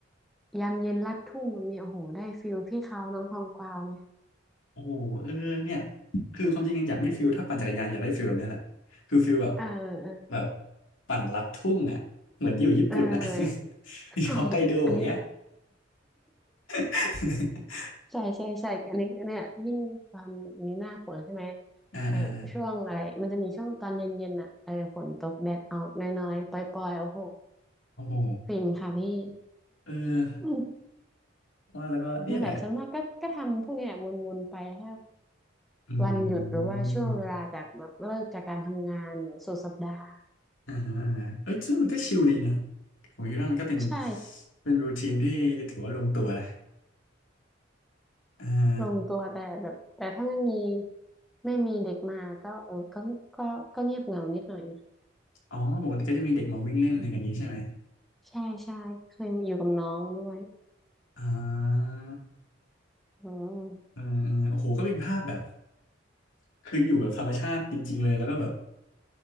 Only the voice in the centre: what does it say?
ยามเย็นลัดทุ่งแบบนี้โอ้โหได้ฟิลพี่เขาน้องทองกวาวไหม
เออเออ
เออ
โอ้โหอันนี้
ใช่ใช่ใช่อันนี้เนี่ยยิ่งตอนนี้หน้าฝนใช่ไหม
ไอช่วงอะไรมันจะมีช่วงตอนเย็นๆน่ะเออฝนตกแดดออกน้อยๆปล่อยๆโอ้โห
ฟินค่ะพี่
อืม
นั่นแหละส่วนมากก็ก็ทำพวกเนี้ยวนๆไปถ้า
วันหยุดหรือว่าช่วงเวลาจากแบบเลิกจากการทำงานสุดสัปดาห์
ใช่
ลงตัวแต่แบบแต่ถ้าไม่มีไม่มีเด็กมาก็เออก็ก็ก็เงียบเหงานิดหน่อยนะ
ใช่ใช่เคยอยู่กับน้องด้วย
อืม